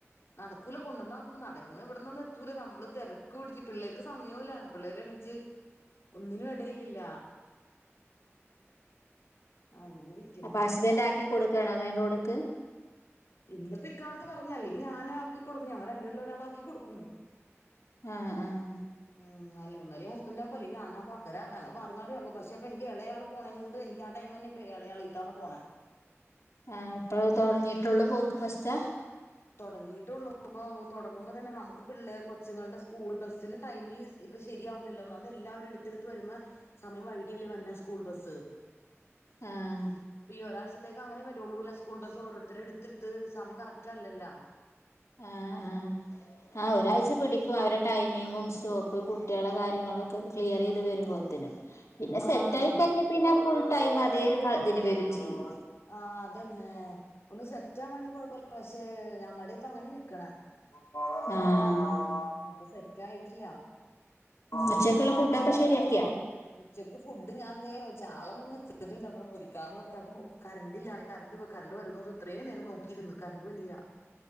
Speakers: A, on the left; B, on the left.
A: നടക്കൂല. കൊണ്ടന്നാകുമ്പോ നടന്ന്- ഇവിടുന്നൊന്ന് എത്തൂല നമ്മള് തെരക്ക് പിടിച്ച്. പിള്ളേർക്ക് സമയോല്ല പിള്ളേര്എണീച്ച് ഒന്നിനും ഇടയില്ലില്ല. അങ്ങനെ ഇരിക്കണ്
B: അപ്പോ ഹസ്ബൻ്റ് ആക്കി- കൊടുക്കാണോ മെയിൻറോഡ്- ത്ത്.
A: ഇല്ലപ്പോ ഇക്കാലത്ത് നടന്നതല്ലേ? ഞാനാക്കി കൊടുക്കും ഞങ്ങൾ- രണ്ടുപേരില് ഒരാളാക്കി കൊടുക്കും.
B: ആഹാ ആഹാ..
A: ഉം അല്ല ഒന്നല്ലേ ഹസ്ബൻ്റ് ആക്കു അല്ലങ്കി ഞാനാക്കു ഇവരെ ഞങ്ങള് മാറി മാറി ആകും പക്ഷെ അപ്പ എനിക്ക് എളെയാള് പോണേ കൊണ്ട് എനിക്ക് ആടൈമന്നെ ഇപ്പേ എളെയാള് ഇത്തവണ പോണേ.
B: ആഹ് ഇപ്പള് തൊടങ്ങിട്ടുള്ളൂ പോക്ക് ഫസ്റ്റാ?
A: തൊടങ്ങിട്ടുള്ളൂ ഇപ്പൊ തുടങ്ങുമ്പോ തന്നെ നമുക്ക് പിള്ളേ കൊച്ചുങ്ങളുടെ സ്കൂൾ ബസ്സിന് ടൈമി ഇപ്പൊ ശരിയാവൂലല്ലോഒന്നാമത് എല്ലാവരും എടുത്തിടുത്ത് വരുമാ സമയം വഴികിയല്ലേ വന്നേ സ്കൂൾ ബസ്സ്.
B: ആഹാ.
A: ഇപ്പീ ഒരാഴ്ചത്തേക്ക് അങ്ങനെ വരുള്ളൂലേ സ്കൂൾ ബസ് ഓരോരുത്തരെ എടുത്തിടുത്ത് സമയം കറക്റ്റ്അല്ലല്ലാ.
B: ആഹ് ആഹ് ആഹ് ഒരാഴ്ച-
A: അപ്പൊ
B: പിടിക്കും അവരെ ടൈമിങ്ങും സ്റ്റോ- ഇപ്പൊ കുട്ടിയാളെ കാര്യങ്ങളൊക്കെ ക്ലിയറീത് വരുമ്പോത്തിന്. പിന്നെ സെറ്റായി
A: ആഹ് ഞാ
B: കഴിഞ്ഞ പിന്നെ ഫുൾ ടൈം- തേ ഒരു ക ഇതിന് വരും ചെയ്യും.
A: ആഹ് അതന്നെ ഒന്ന് സെറ്റാവാണങ്കി കൊഴപ്പം ഇല്ല പക്ഷെ ഞങ്ങടെ ഇപ്പ അങ്ങനെ നിക്ക്ണേ
B: ആഹാ.
A: ആഹ് അപ്പൊ സെറ്റ് ആയിട്ടില്ല
B: ഉച്ചക്കുള്ള ഫുഡൊക്കെ ശരിയാ
A: ഉച്ചക്ക് ഫുഡ് ഞാൻതെ ചാള ഒന്ന് വെറ്റിച്ചിട്ടുണ്ട് എന്ന മൊരിക്കാന്ന് ഓർത്തപ്പൊ കറന്റ്‌ ഇല്ല കറന്റ്‌ പോയി കറന്റ്‌ വരോ ഇത്രയേ നേരെ നോക്കിയിരുന്ന് കറണ്ട് വന്നീല